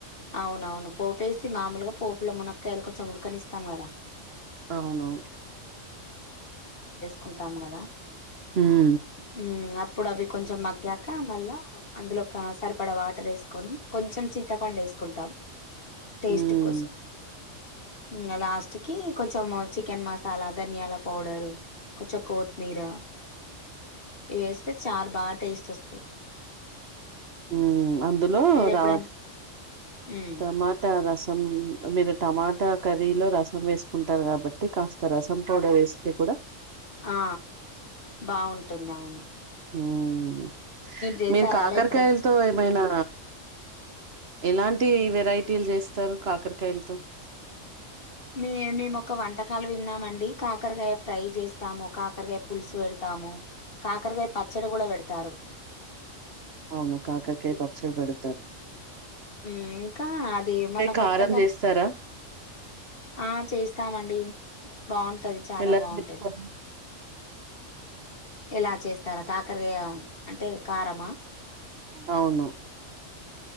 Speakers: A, on the left; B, on the right.
A: అవునవును పోపేసి మాములుగా పోపులో మునక్కాయలు కొంచెం ఉడకనిస్తాం గదా
B: అవును
A: కుంటాం గద
B: ఉమ్
A: హ్మ్ అప్పుడు అవి కొంచెం మగ్గా కా మళ్ళా అందులో ఒకా సరిపడా వాటర్ ఏసుకొని కొంచెం చింతపండు ఏసుకుంటాం టేస్ట్
B: ఉమ్
A: కోసం హ్మ్ లాస్ట్ కి కొంచెము చికెన్ మసాలా ధనియాల పౌడరు కొంచ కోత్మీరా ఇయేస్తే చారు బాగా టేస్ట్ ఒస్త
B: హ్మ్ అందులో
A: ఎప్పుడైనా
B: రా
A: ఉమ్
B: టమాట రసం మీరు టమాటా కర్రీ లో రసం వేసుకుంటారు కాబట్టి కాస్త రసం పౌడర్ ఏస్ స్తె కుడా
A: ఆ బావుంటుంది అవును
B: హ్మ్
A: చేసారా
B: మీరు కాకర్
A: అలా ఎప్పుడైనా
B: కాయలతో ఏమైనా ఎలాన్ తి వెరైటీలు చేస్తారు కాకరకాయలతో
A: మే మేము ఒక వంటకాలు విన్నామండి కాకరకాయ ఫ్రై జేస్తాము, కాకరకాయ పులుసు పెడతా. ఆము కాకరగాయ పచ్చడ గూడ వెడతారు
B: అవును కాకరకై పచ్చడి బెడతారు
A: ఊమ్ ఇంకా అది మొన్న
B: కారం
A: కొత్తగా
B: చేస్తారా
A: ఆ చేస్తామండి బా ఉంటది చాలా
B: ఎలా
A: బా
B: చేస్తారు
A: ఉంటది ఎలా చేస్తారా కాకరగాయ అంటే కారమా
B: అవును